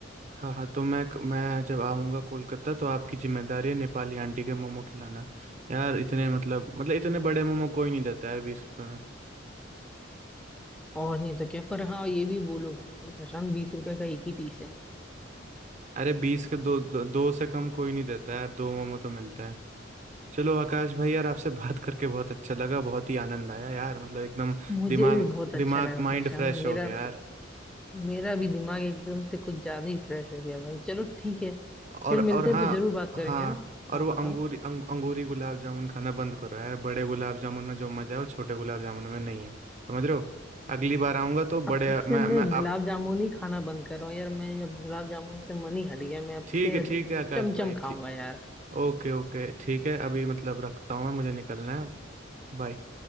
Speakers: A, on the right; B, in the centre.
A: हाँ हाँ तो मैं मैं जब आऊँगा कोलकाता तो आपकी जिम्मेदारी है नेपाली आंटी के मोमो खिलाना यार इतने मतलब मतलब इतने बड़े मोमो कोई नहीं देता यार बीस रुपए में
B: और नहीं तो क्या पर हाँ ये भी बोलो भाई प्रशांत बीस रुपए का एक ही पीस है
A: अरे बीस के दो, दो दो से कम कोई नहीं देता यार दो मोमो तो मिलते हैं चलो आकाश भाई यार आपसे बात करके बहुत अच्छा लगा बहुत ही आनंद आया यार मतलब एकदम
B: मुझे
A: दिमाग
B: भी बहुत अच्छा
A: दिमाग
B: लगा
A: माइंड
B: प्रशांत
A: फ्रेश
B: मेरा
A: हो गया यार
B: मेरा भी दिमाग एकदम से कुछ ज्यादा ही फ्रेश हो गया भाई चलो ठीक है
A: और
B: फिर मिलते
A: और हाँ
B: हैं तो जरूर बात करेंगे
A: हाँ
B: है ना
A: और
B: हाँ
A: वो
B: बताओ
A: अंगूरी अंग, अंगूरी गुलाब जामुन खाना बंद करो यार बड़े गुलाब जामुन में जो मजा है वो छोटे गुलाब जामुन में नहीं है समझ रहे हो अगली बार आऊंगा तो बड़े
B: अब से
A: मैं
B: मैं
A: मैं आप
B: गुलाब जामुन ही खाना बंद कर रहा हूँ यार मैं अब गुलाब जामुन से मन ही हट गया मैं अब
A: ठीक
B: से
A: है ठीक है आकाश
B: चमचम
A: भाई
B: खाऊंगा
A: ठीक
B: यार
A: ओके ओके ठीक है अभी मतलब रखता हूँ मैं, मुझे निकलना है बाय